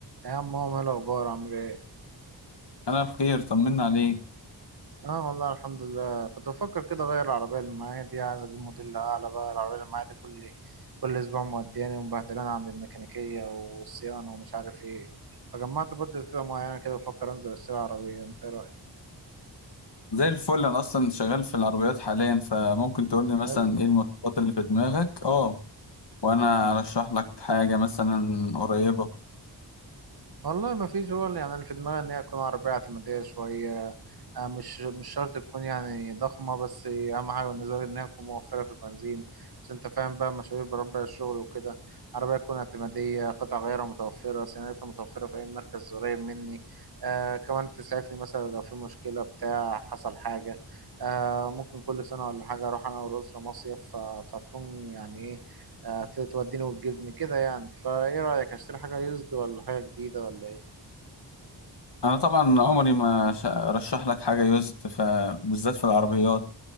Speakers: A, on the right; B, on the left.
A: يا عم هو ايه الاخبار عامل ايه
B: انا بخير طمنا عليك
A: اه والله الحمد لله كنت بفكر كده اغير العربيه اللي معايا دي عايز اجيب موديل اعلى بقى العربيه اللي معايا دي كل كل اسبوع مودياني ومبهدلاني عند الميكانيكيه والصيانه ومش عارف ايه فجمعت بادجت كده معينه كده بفكر انزل اشتري عربيه انت ايه رايك
B: زي الفل انا اصلا شغال في العربيات حاليا فممكن تقول لي مثلا
A: حلو
B: ايه المواصفات اللي في دماغك اه وانا ارشح لك حاجه مثلا قريبه
A: والله ما فيش هو اللي- يعني اللي في دماغي ان هي تكون عربية اعتمادية شوية آه، مش مش شرط تكون يعني ضخمة بس أهم حاجة بالنسبة لي إن هي تكون موفرة في البنزين عشان أنت فاهم بقى مشاوير بربع الشغل وكده عربية تكون اعتمادية قطع غيارها متوفرة صيانتها متوفرة في أي مركز قريب مني آه كمان تسعفني مثلا لو في مشكلة بتاع حصل حاجة آه ممكن كل سنة ولا حاجة أروح أنا والأسرة مصيف ف- فتكون يعني إيه هتوديني وتجيبني كده يعني فايه رأيك اشتري حاجة يوزد ولا حاجة جديدة ولا ايه
B: انا طبعا عمري ما ش- ارشح لك حاجه يوزد فبالذات في العربيات